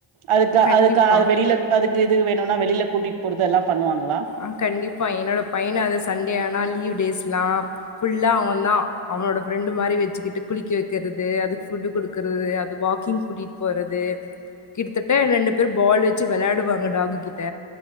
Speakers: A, on the right; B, on the left.
A: அதுக்கு
B: கண்டிப்பா.
A: அதுக்கு அது வெளியில அதுக்கு இது வேணுனா வெளியில கூட்டிட்டு போறது எல்லா பண்ணுவாங்களா
B: ஆ கண்டிப்பா என்னோட பையனு அதா சண்டே ஆனா லீவ் டேஸ்லா ஃபுல்லா அவன்தா அவனோட ஃப்ரெண்டு மாரி வச்சுக்கிட்டு குளிக்க வக்கிறது அதுக்கு ஃபுட்டு குடுக் கறது அது வாக்கிங் கூட்டிட்டு போறது கிட்டத்தட்ட ரெண்டு பேர் பால் வச்சி வெளாடுவாங்க டாகுக்கிட்ட